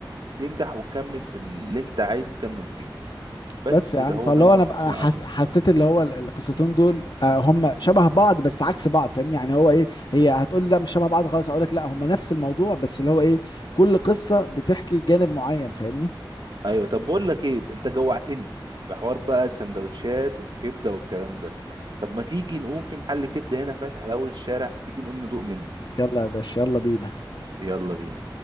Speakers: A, on the right; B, on the left.
A: تنجح وتكمل في اللي أنت عايز تكمل فيه بس
B: بس
A: كده
B: يا عم
A: هو
B: فاللي
A: ده الملخص
B: هو انا بقى- أنا
A: اللي
B: حس
A: أنا عايزه
B: حسيت اللي هو ال- القصتين دول آه هم شبه بعض بس عكس بعض فاهمني يعني هو ايه هي هتقول لي لا مش شبه بعض خالص اقول لك لا هم نفس الموضوع بس اللي هو ايه كل قصه بتحكي جانب معين فاهمني
A: أيوه طب بقول لك إيه أنت جوعتني بحوار بقى السندوتشات والكبدة والكلام ده طب ما تيجي نقوم في محل كبدة هنا فاتح على أول الشارع تيجي نقوم ندوق منه
B: يلا يا باشا يلا بينا
A: يلا بينا